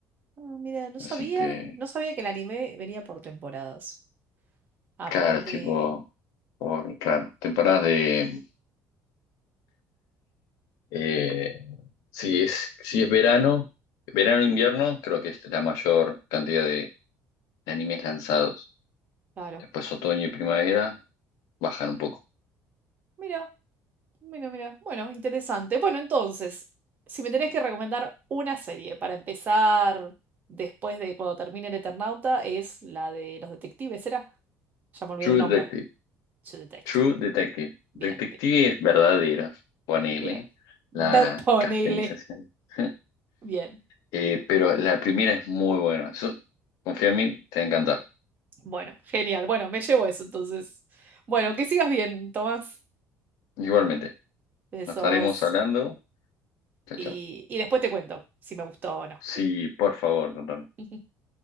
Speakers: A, on the right; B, on the left.
A: Ah, mira, no sabía,
B: Así que,
A: no sabía que el anime venía por temporadas. Aprendí.
B: claro, es tipo, por, claro, temporadas de, eh, si es, si es verano, verano-invierno, creo que es la mayor cantidad de, de animes lanzados.
A: Claro.
B: Después otoño y primavera bajan un poco.
A: Mira, mira, mira. Bueno, interesante. Bueno, entonces, si me tenés que recomendar una serie para empezar después de cuando termine el Eternauta, es la de los detectives, ¿era? Ya me olvidé
B: True
A: el nombre.
B: Detective,
A: True Detective.
B: True Detective,
A: Bien,
B: Detectives
A: bien.
B: verdaderos, ponele
A: Bien.
B: la
A: Ve- Ponele.
B: castanización. <laughs>
A: Bien.
B: Eh, pero la primera es muy buena. Yo- confía en mí, te va a encantar.
A: Bueno, genial. Bueno, me llevo eso entonces. Bueno, que sigas bien, Tomás.
B: Igualmente,
A: Besos.
B: nos estaremos hablando. Chao,
A: Y,
B: chao.
A: y después te cuento si me gustó o no.
B: Sí, por favor, contame.
A: <laughs>